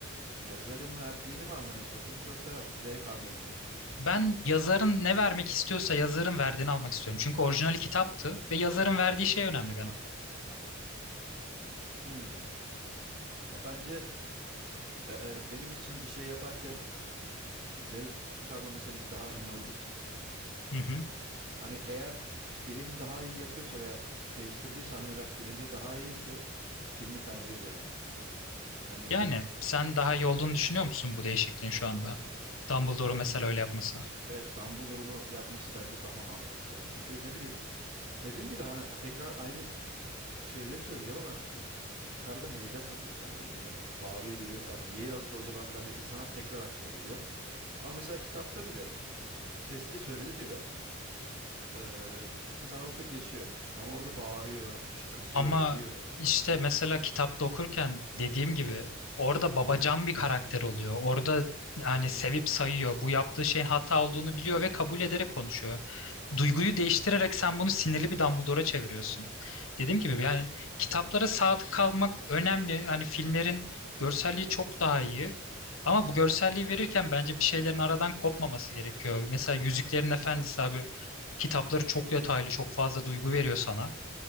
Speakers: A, on the right; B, on the left.
A: yazarın verdiğini mi anlamaya çalışıyorsun yoksa zevk almaya mı çalışıyorsun?
B: Ben yazarın ne vermek istiyorsa yazarın verdiğini almak istiyorum. Çünkü orijinali kitaptı ve yazarın verdiği şey önemli bana.
A: Hmm. Ha, bence be- e, benim için bir şey yaparken zevk alma meselesi daha önemli olduğu için.
B: Hı hı.
A: Hani eğer film daha iyi yapıyorsa veya değiştirdiği sahneler filmde daha iyiyse filmi tercih ederim. Hani
B: Yani sen daha
A: e,
B: iyi olduğunu düşünüyor musun bu değişikliğin şu anda? Dumbledore'u
A: e,
B: mesela öyle yapması.
A: evet Dumbledore'un o yapması bence daha mantıklı. Çünkü ne bileyim dediğim gibi hani tekrar aynı şeyleri söyleyeceğim ama harbiden heyecan katıyor sahneye. Hani bağırıyor geliyor. "Aa, niye yazdı acaba filan dedi. insanlar tekrar aklına geliyor. Ama mesela kitapta bile sessizce söyledi diyor. Ee, insanlar okuyup geçiyor. Ama orada bağırıyor, bir şey kızıyor,
B: Ama
A: ediyor.
B: işte mesela kitapta okurken dediğim gibi orada babacan bir karakter oluyor. Orada yani sevip sayıyor. Bu yaptığı şeyin hata olduğunu biliyor ve kabul ederek konuşuyor. Duyguyu değiştirerek sen bunu sinirli bir Dumbledore'a çeviriyorsun. Dediğim gibi yani kitaplara sadık kalmak önemli. Hani filmlerin görselliği çok daha iyi. Ama bu görselliği verirken bence bir şeylerin aradan kopmaması gerekiyor. Mesela Yüzüklerin Efendisi abi kitapları çok detaylı, çok fazla duygu veriyor sana.